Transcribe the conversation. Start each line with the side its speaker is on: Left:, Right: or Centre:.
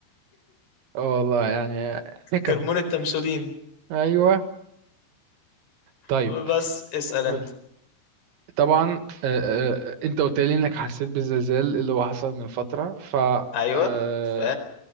Right: اه والله يعني <laughs> حكم
Left: هرمون التمثولين
Right: ايوه طيب
Left: بس اسأل
Right: قولي
Left: انت
Right: طبعا آه، آه، انت قلت لي انك حسيت بالزلزال اللي هو حصل من فترة ف
Left: ايوه
Right: آه،
Left: ف